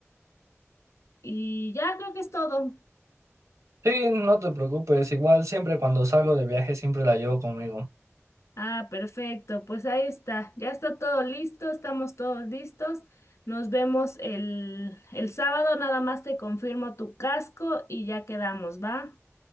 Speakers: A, on the left; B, on the right.
A: y ya creo que es todo.
B: Sí, no te preocupes, igual siempre cuando salgo de viaje siempre la llevo conmigo.
A: Ah, perfecto. Pues ahí está. Ya está todo listo, estamos todos listos. Nos vemos el, el sábado, nada más te confirmo tu casco y ya quedamos, ¿va?